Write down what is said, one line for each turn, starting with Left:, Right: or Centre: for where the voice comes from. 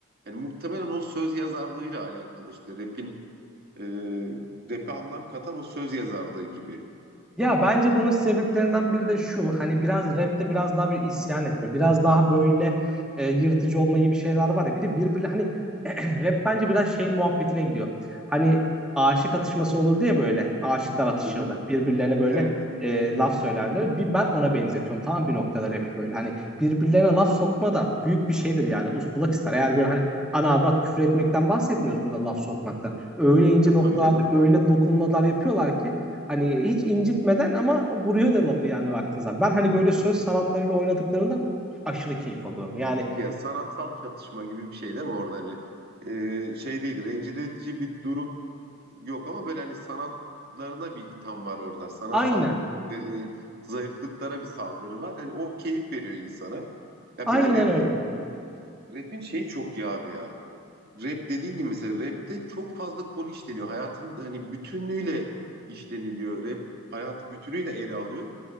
Right: Yani muhtemelen o söz yazarlığıyla alakalı işte rap'in e, rap'e anlam katan o söz yazarlığı gibi.
Centre: Ya bence bunun sebeplerinden biri de şu. Hani biraz rapte biraz daha bir isyan etme. Biraz daha böyle e, yırtıcı olma gibi şeyler var ya. Bir de birbirine hani <clears throat> rap bence biraz şey muhabbetine gidiyor. Hani aşık atışması olurdu ya böyle. Aşıklar atışırdı.
Right: Hı hı.
Centre: Birbirlerine böyle
Right: Evet.
Centre: e, laf söylerler. Bir ben ona benzetiyorum. Tamam bir noktada rapi böyle. Hani birbirlerine laf sokma da büyük bir şeydir yani. Ustalık ister. Eğer böyle hani ana avrat küfür etmekten bahsetmiyoruz burada laf sokmaktan. Öyle ince
Right: Ya
Centre: noktalarda
Right: tabii canım.
Centre: öyle dokunmalar yapıyorlar ki Hani hiç incitmeden ama vuruyor da lafı yani baktığın zaman. Ben hani böyle söz sanatlarıyla oynadıklarında aşırı keyif alıyorum. Yani
Right: Ya sanatsal çatışma gibi bir şey değil mi orada hani E, şey değil rencide edici bir durum yok ama böyle hani sanatlarına bir itham var orada. Sanatsal
Centre: aynen,
Right: e, zayıflıklara bir saldırı var. Hani o keyif veriyor insana. Ya
Centre: aynen
Right: bir de rap'in
Centre: öyle.
Right: rap'in şeyi çok iyi abi ya. Rap dediğin gibi mesela rap'te çok fazla konu işleniyor. Hayatın hani bütünlüğüyle işleniliyor. Rap hayatı bütünüyle ele alıyor.